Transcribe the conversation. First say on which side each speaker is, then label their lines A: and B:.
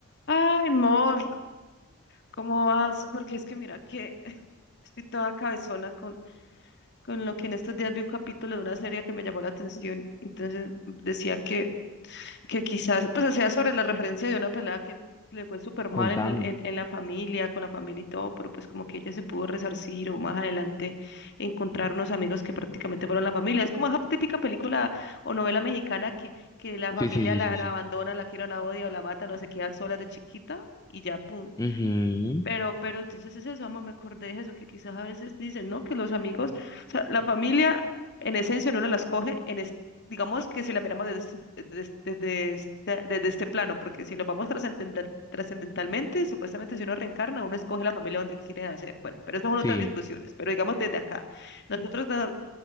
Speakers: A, on the left; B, on the left.
A: Ay, amor, ¿cómo vas? Porque es que mira que <laughs> estoy toda cabezona con, con lo que en estos días vi un capítulo de una serie que me llamó la atención. Entonces decía que, que quizás, pues hacía sobre la referencia de una pelada que le fue súper mal
B: Con
A: en,
B: Tami.
A: el- en, en la familia, con la familia y todo, pero pues como que ella se pudo resarcir o más adelante encontrar unos amigos que prácticamente fueron la familia. Es como esa típica película o novela mexicana que, que la familia
B: Sí, sí, sí,
A: la,
B: sí, sí.
A: la abandona, la quiere o la odia o la mata, no se queda sola de chiquita y ya, pum
B: Ujú,
A: pero, pero entonces es eso, amor, me acordé de eso, que quizás a veces dicen, ¿no? Que los amigos, o sea, la familia en esencia uno la escoge, en es- digamos que si la miramos desde, desde, desde este, desde este plano, porque si nos vamos trascendenta- trascendentalmente, supuestamente si uno reencarna, uno escoge la familia donde quiere nacer. Bueno, pero eso son otras
B: Sí,
A: discusiones, pero digamos desde acá, nosotros da-